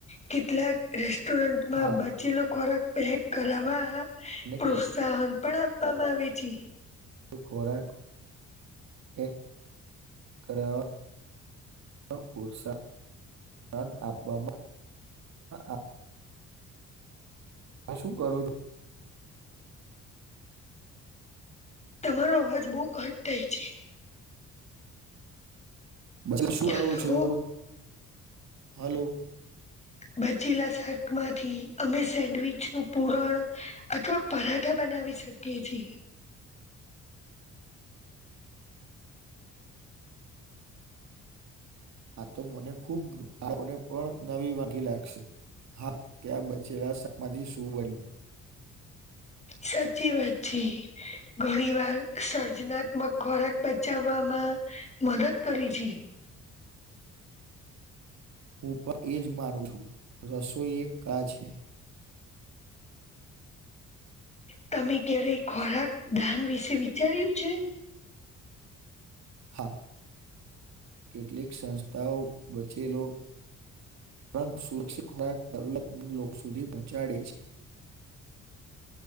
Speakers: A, on the left; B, on the right.
A: કેટલાક રેસ્ટોરન્ટમાં
B: હા,
A: બચેલો ખોરાક પેક કરવા
B: અને
A: પ્રોત્સાહન પણ આપવામાં આવે છે.
B: તો ખોરાક પેક કરાવા પ્રોત્સાહ આપવામાં આવે આ શું કરો છો.
A: તમારો અવાજ બઉ કટ થાય છે.
B: બચો શું કરો
A: હલો
B: છો. હાલો
A: બચેલા શાકમાંથી, અમે સેન્ડવીચ નું પૂરણ અથવા પરાઠા બનાવી શકીએ કે જે
B: હા તો મને ખુબ બાળકોને પણ નવી વાગી લાગશે હા, ક્યા બચેલા શાક માંથી શું બન્યું
A: સાચી વાચી વાત છે. ઘણી વાર સર્જનાત્મક ખોરાક બચાવવામાં મદદ કરી છે.
B: હુ, પણ એજ માનું છું રસોઈ એક કા છે.
A: તમે ક્યારે ખોરાક દાન વિશે વિચાર્યું છે.
B: હા, કેટલીક સંસ્થાઓ બચેલો પરંતુ સુરક્ષિત ખોરાક દરવલતમંદ લોકો સુધી પહોંચાડે છે.